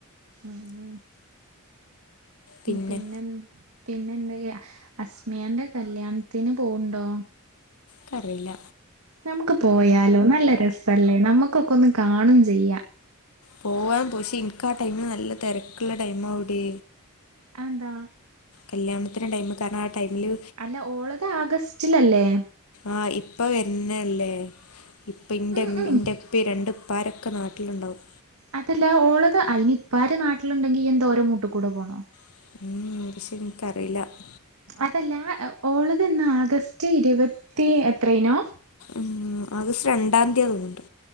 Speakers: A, on the right; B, on the left.
A: ഉം
B: പിന്നെ
A: പിന്നെന് പിന്നെ എന്താക്കെയാ അസ്മിയാന്റെ കല്യാണത്തിന് പോവ്ണ്ടോ
B: കറിയില്ല
A: നമുക്ക് പോയാലോ നല്ല രസല്ലേ നമ്മുക്കൊക്കെ ഒന്ന് കാണും ചെയ്യാം
B: പോവാൻ പക്ഷേ എനിക്ക് ആ ടൈം നല്ല തിരക്കുള്ള ടൈമാ അവിടെ
A: എന്താ
B: കല്യാണത്തിന്റെ ടൈമ കാരണം ആ ടൈമില്
A: അല്ല ഓളത് ആഗസ്റ്റിലല്ലേ
B: ആ ഇപ്പ വവെര്ന്നല്ലേ ഇപ്പ ഇ
A: ഉം ഉം
B: ഇന്റെപ്പ രണ്ടപ്പാരൊക്കെ നാട്ടിലുണ്ടാവും
A: അതല്ല ഓള്ളത് അയിനി ഇപ്പാര് നാട്ടിലുണ്ടെങ്കി ഇയ്യെന്ത ഓര മൂട്ടി കൂടെ പോണോ
B: <inaudible>
A: അതല്ല ഓളതന്നാ ആഗസ്റ്റ് ഇരുപത്തി എത്രേനോ
B: ഉ ആഗസ്റ്റ് രണ്ടാം തീയതി തുന്നുണ്ട്